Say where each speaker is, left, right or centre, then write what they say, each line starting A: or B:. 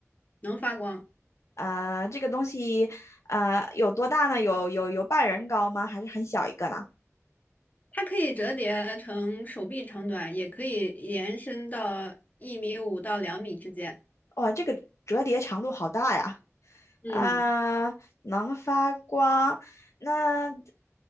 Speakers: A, on the left (about 30°); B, on the left (about 65°).
A: 能发光。
B: 呃，这个东西呃有多大呢？有有有半人高吗？还是很小一个呢？
A: 它可以折叠成手臂长短，也可以延伸到一米五到两米之间。
B: 哇，这个折叠长度好大呀！
A: 嗯，
B: 啊，能发光。那，